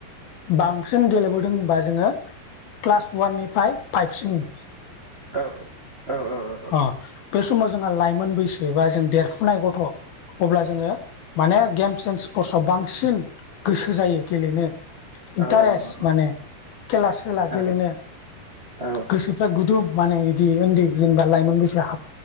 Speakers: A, on the left; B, on the right.
A: बांसिन गेलेबोदों होनबा जोङो क्लास वाननिफ्राय फाइभसिन
B: औ औ औ औ औ
A: अ बे समाव जोंहा लाइमोन बैसो बा जों देरफुनाय गथ' अब्ला जोङो माने गेम्स एन्ड स्पर्टसआव बांसिन गोसो जायो गेलेनो इन्टारेस्ट
B: औ औ औ
A: माने खेला सेला
B: औ
A: गेलेनो
B: औ
A: गोसोफ्रा गुदुं माने बिदि उन्दै जेनबा लाइमोन बैसो हाब